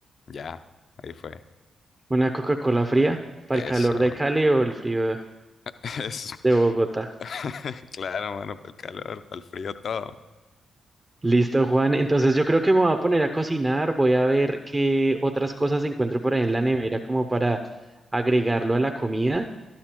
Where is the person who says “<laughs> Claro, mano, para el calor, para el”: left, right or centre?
Left